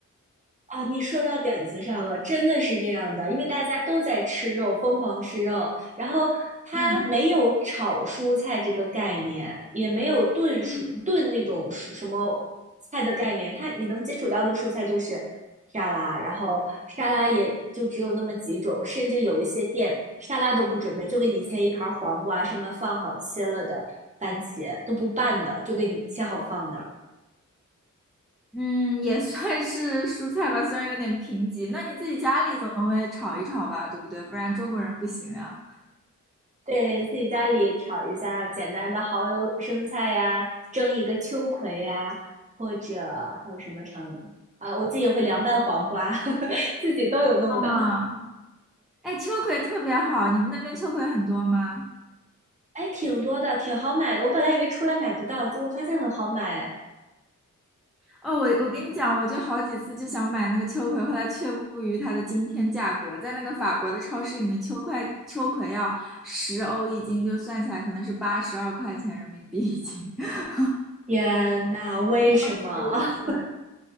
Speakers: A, on the right (about 25°); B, in the centre.
A: 啊，你说到点子上了，真的是这样的，因为大家都在吃肉，疯狂吃肉，然后它没有炒蔬菜这个概念，
B: 嗯
A: 也没有炖蔬炖那种蔬什么菜的概念，
B: 嗯。
A: 它你能接触到的蔬菜就是沙拉，然后沙拉也就只有那么几种，甚至有一些店沙拉都不准备，就给你切一盘黄瓜，上面放好切了的番茄，都不拌的，就给你切好放的。
B: 嗯，也算是蔬菜吧，虽然有点贫瘠。那你自己家里总会炒一炒吧，对不对？不然中国人不行呀。
A: 对，自己家里炒一下简单的蚝油生菜呀，蒸一个秋葵呀，或者还有什么成啊，我自己也会凉拌黄瓜，<laughs> 自己都有弄的。
B: 啊，哎，秋葵特别好，你们那边秋葵很多吗？
A: 哎，挺多的，挺好买的。我本来以为出来买不到，结果发现很好买。
B: 哦，我我跟你讲，我就好几次就想买那个秋葵，后来却步于它的惊天价格，在那个法国的超市里面，秋葵秋葵要十欧一斤，就算起来可能是八十二块钱人民币一斤。<laughs>
A: 天呐，为什么？
B: 对
A: <laughs>